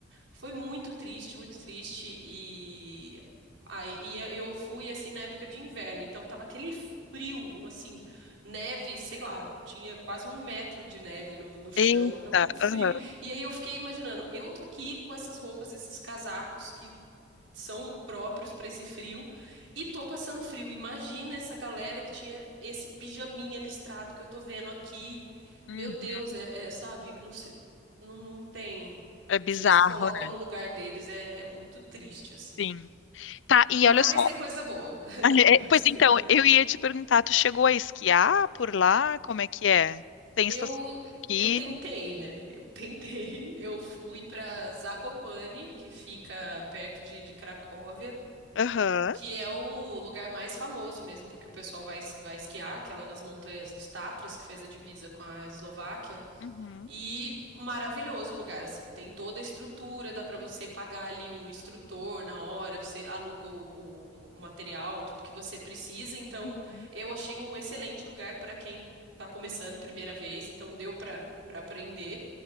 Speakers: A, on the right; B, on the left.
A: foi muito triste, muito triste. E, aí, e eu eu fui assim na época de inverno, então tava aquele frio, um, assim, neve, sei lá, tinha quase um metro de neve no, no chão,
B: Eita.
A: tava um frio.
B: aham.
A: E aí eu fiquei imaginando, eu tô aqui com essas roupas, esses casacos que são próprios para esse frio e tô passando frio. Imagina essa galera que tinha esse pijaminha listrado que eu tô vendo aqui.
B: Uhum.
A: Meu Deus, é, é, sabe, não, se- não, não tem.
B: É bizarro,
A: Você se coloca
B: né?
A: no lugar deles, é, é muito triste, assim.
B: Sim. Tá, e
A: Mas
B: olha só.
A: tem coisa boa. <laughs>
B: <laughs> É,
A: Mas
B: é, Pois
A: tem-
B: então,
A: é.
B: eu ia te perguntar, tu chegou a esquiar por lá? Como é que é? Tem
A: Eu,
B: estação de esqui?
A: eu tentei, né? Eu <laughs> tentei. Eu fui para Zakopane, que fica perto de, de Cracóvia,
B: Aham.
A: que é o lugar mais famoso mesmo, porque o pessoal vai, es- vai esquiar, que é lá nas montanhas, nos Tatras, que faz a divisa com a Eslováquia.
B: Uhum.
A: E maravilhoso o lugar, assim, tem toda a estrutura, dá para você pagar ali um instrutor na hora, você aluga o, o- o material, tudo que você precisa. Então,
B: Uhum.
A: eu achei um excelente lugar para quem está começando primeira vez, então deu para para aprender.